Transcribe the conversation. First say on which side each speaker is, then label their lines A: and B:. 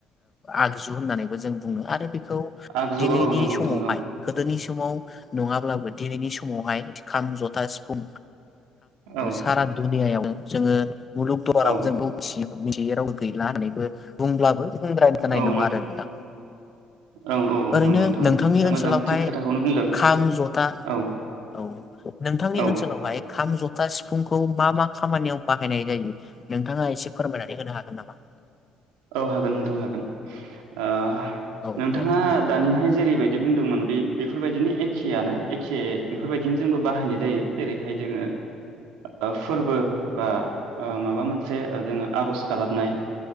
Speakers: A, on the left; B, on the right.
A: आगजु होननानैबो जों बुङनो आरो खौ
B: आगजु
A: दिनैनि
B: औ नंगौ
A: समावहाय
B: नोंथां औ
A: गोदोनि समाव नङाब्लाबो दिनैनि समावहाय खाम जथा सिफुं
B: औ
A: सारा दुनियाआव जोङो मुलुग दुवाराव
B: औ
A: जोंखौ मिथियो। मिथियै रावबो गैला होननानैबो बुंब्लाबो बुंद्रायनाय जानाय
B: औ
A: नङा
B: नंगौ
A: आरो नोंथां
B: औ औ
A: ओरैनो
B: नंगौ नोंथां
A: नोंथांनि
B: नोंथाङा
A: ओनसोलावहाय
B: मोजां थिग खोथाखौनो बुंदों
A: खाम जथा
B: औ
A: औ नोंथांनि
B: औ
A: ओनसोलावहाय खाम जथ था सिफुंखौ मा मा खामानियाव बाहायनाय जायो नोंथाङा एसे फोरमायनानै होनो हागोन नामा?
B: औ हागोन नोंथां हागोन। ओ
A: औ
B: नोंथाङा
A: दे ना
B: दानिहाय जेरैबायदि बुंदोंमोन बे बेफ बेफोरबायदिनो एखेयानो एखे बेफोरबायदिनो जोंबो बाहायनाय जायो जेरैहाय जोङो ओ फोरबो ओ बा माबा मोनसे जोङो आरज खालामनाय